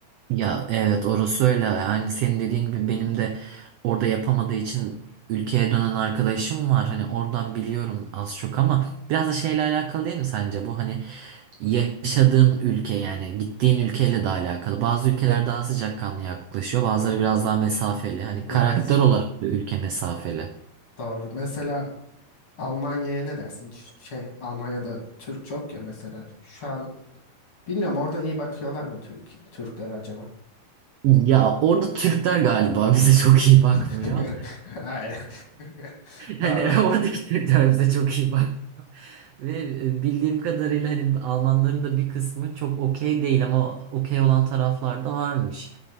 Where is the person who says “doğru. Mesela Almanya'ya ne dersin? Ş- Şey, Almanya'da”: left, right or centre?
Left